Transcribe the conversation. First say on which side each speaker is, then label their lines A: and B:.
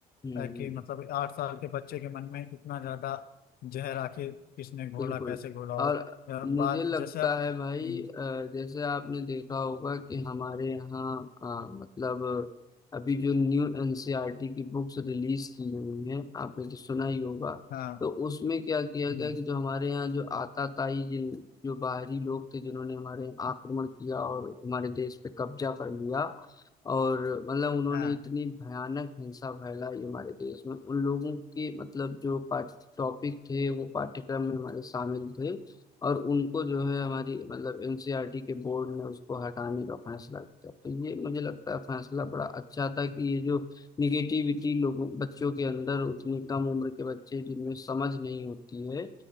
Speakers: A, on the left; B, on the left.
A: हम्म
B: है कि मतलब आठ साल के बच्चे के मन में इतना ज्यादा जहर आखिर किसने घोला
A: बिल्कुल
B: कैसे घोला और
A: और
B: अ,
A: मुझे
B: बात
A: लगता
B: जैसे आप
A: है भाई
B: हम्म,
A: अ, जैसे आपने देखा होगा कि हमारे यहाँ अ, मतलब अभी जो न्यू एनसीईआरटी की बुक्स रिलीज की हुई हैं आपने तो सुना ही होगा
B: हाँ
A: तो उसमें क्या किया
B: हम्म,
A: गया कि जो हमारे यहाँ जो आताताई जिन जो बाहरी लोग थे जिन्होंने हमारे यहाँ आक्रमण किया और हमारे देश पे कब्जा कर लिया और मतलब उन्होंने
B: हाँ
A: इतनी भयानक हिंसा फैलाई हमारे देश में उन लोगों की मतलब जो टॉपिक थे वो पाठ्यक्रम में हमारे शामिल थे और उनको जो है हमारी मतलब एनसीईआरटी के बोर्ड ने उसको हटाने का फैसला किया तो ये मुझे लगता है फैसला बड़ा अच्छा था कि ये जो निगेटिविटी लोगों बच्चों के अंदर उतनी कम उम्र के बच्चे जिनमें समझ नहीं होती है